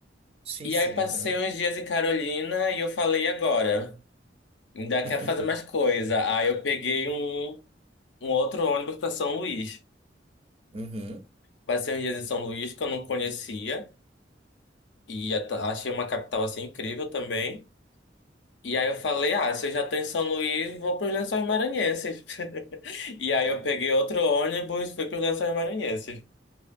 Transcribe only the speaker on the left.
E
aí passei
uns dias em Carolina e eu falei, "E agora, ainda quero
fazer mais coisa. Aí eu peguei um, um outro ônibus para São Luís.
Passei uns dias em São Luís que eu não conhecia. E a- achei uma capital assim incrível também. E aí eu falei, ah, se eu já tô em São Luís, vou pros Lençóis Maranhenses. <laughs> E aí eu peguei outro ônibus, fui pros Lençóis Maranhenses.